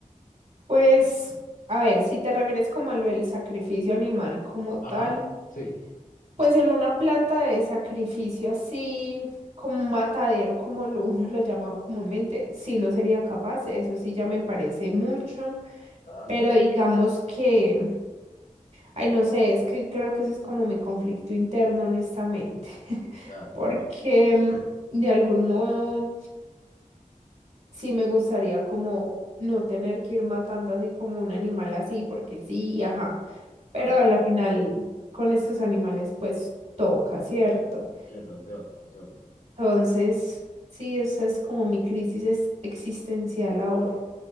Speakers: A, on the right (about 55°); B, on the left (about 75°).
A: Pues, a ver, si te refieres como a lo del sacrificio animal como tal.
B: Ajá, sí.
A: Pues en una planta de sacrificio así, como un matadero, como lo uno <laughs> lo llama comúnmente, sí no sería capaz, eso sí ya me parece mucho,
B: Ya,
A: pero digamos que, ay no sé, es que creo que eso es como mi conflicto interno, honestamente, <laughs>
B: ya, te entiendo.
A: que mm, de algún modo sí me gustaría como no tener que ir matando así como un animal así, porque sí, ajá,
B: Claro,
A: pero a la final con estos animales pues toca, ¿cierto?
B: sí, te entiendo, te entiendo.
A: Entonces, sí, esa es como mi crisis es- existencial ahora.